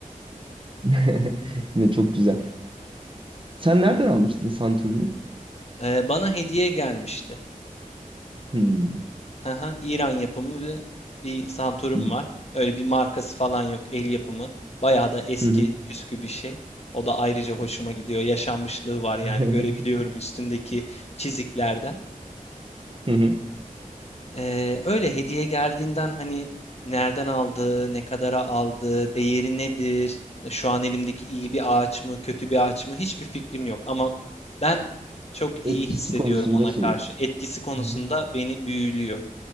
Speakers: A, on the right (about 35°); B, on the left (about 50°).
A: <laughs> Yine çok güzel. Sen nereden almıştın santurunu?
B: Ee, bana hediye gelmişti.
A: Hı
B: Hı hı. İran yapımı bir, bir Santorum
A: hı
B: var. Öyle bir markası falan yok. El yapımı. Bayağı da eski
A: hı.
B: püskü bir şey. O da ayrıca hoşuma
A: Of.
B: gidiyor. Yaşanmışlığı var yani.
A: <laughs>
B: Görebiliyorum üstündeki çiziklerden.
A: Hı hı.
B: Ee, öyle hediye geldiğinden hani nereden aldığı, ne kadara aldığı, değeri nedir? Şu an elimdeki iyi bir ağaç mı, kötü bir ağaç mı? Hiçbir fikrim yok. Ama ben çok
A: Etkisi
B: iyi hissediyorum
A: konusunda
B: ona
A: şey.
B: karşı. Etkisi konusunda
A: Hı hı.
B: beni büyülüyor.